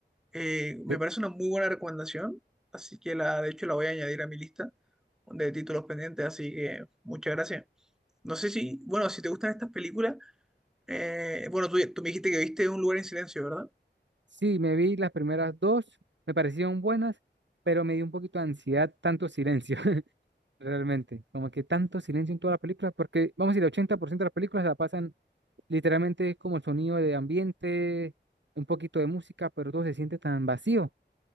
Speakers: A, in the centre; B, on the right (about 75°).
A: Eh, me
B: De-
A: parece una muy buena recomendación, así que la, de hecho la voy a añadir a mi lista de títulos pendientes, así que muchas gracias. No sé si, bueno, si te gustan estas películas, eh, bueno, tú, tú me dijiste que viste Un lugar en silencio, ¿verdad?
B: sí, me vi las primeras dos, me parecieron buenas, pero me dio un poquito de ansiedad tanto silencio, <laughs> realmente. Como que tanto silencio en toda la película, porque vamos a decir, el 80% de las películas la pasan literalmente es como el sonido de ambiente, un poquito de música, pero todo se siente tan vacío.